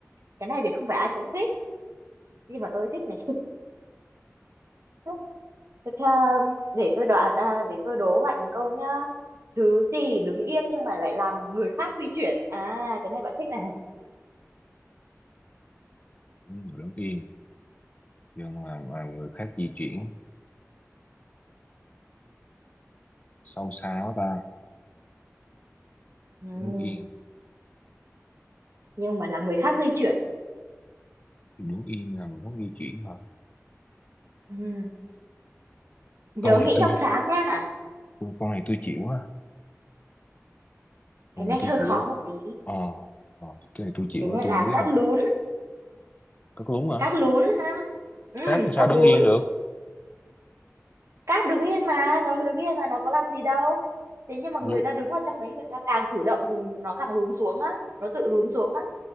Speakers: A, on the right; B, on the left.
A: Cái này thì không phải ai cũng thích, nhưng mà tôi thích này. <laughs> Thế um, để tôi đoán à, để tôi đố bạn một câu nhá. Thứ gì đứng yên nhưng mà lại làm người khác di chuyển? À, cái này bạn thích này.
B: đúng rồi, đứng yên nhưng mà, mà người khác di chuyển sâu xa quá ta
A: Ừm,
B: đứng yên
A: nhưng mà làm người khác di chuyển.
B: thì đứng yên là một hướng di chuyển hả
A: Ừm, nhớ
B: con
A: nghĩ
B: này tôi
A: trong sáng nha.
B: con con này tôi chịu á con
A: Cái này
B: này tôi
A: hơi
B: chịu
A: khó
B: á.
A: một tí.
B: ờ ờ, cái này tôi chịu
A: Cái này
B: á tôi
A: là
B: không biết
A: cát
B: đâu
A: lún,
B: có đúng hả
A: cát lún ha. Ừm,
B: cát thì sao
A: cát
B: đứng
A: lún.
B: yên được
A: cát đứng yên mà nó đứng yên mà nó có làm gì đâu thế nhưng mà
B: nhưng
A: người ta đứng vào trong đấy người ta càng cử động thì nó càng lún xuống á nó tự lún xuống á